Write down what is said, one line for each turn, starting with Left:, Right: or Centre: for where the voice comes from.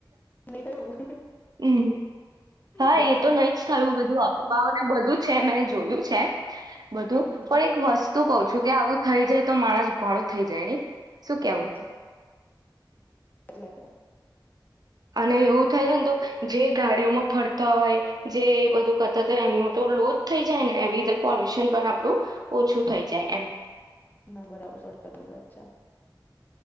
Left: નઈ થયું
Right: હમ હા
Left: બધા
Right: એ
Left: લાઈનમાં
Right: તો નઈ જ થયું બધું અફવાને
Left: ઉભા
Right: બધું છે મે જોયું છે. બધું
Left: હમ
Right: પણ એક વસ્ત તું કઉ છું કે આવું થઈ જાય તો માણસ ગોડો થઈ જાય નહી. શું
Left: સાચી
Right: કેવું?
Left: વાત છે સાચી વાત છે
Right: અને એવું થાય ને તો જે ગાડીઓમાં ફરતા હોય જે બધું કરતા હોય એમનું તો લોજ થઈ જાય ને એવી રીતે પોલ્યુશન પણ આપણું ઓછું થઈ જાય એમ.
Left: ના બરાબર સો ટકા ની વાત છે.